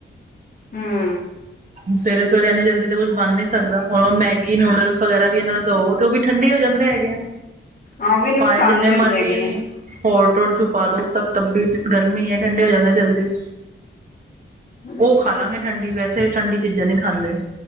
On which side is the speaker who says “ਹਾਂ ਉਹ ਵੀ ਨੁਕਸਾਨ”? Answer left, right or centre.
Left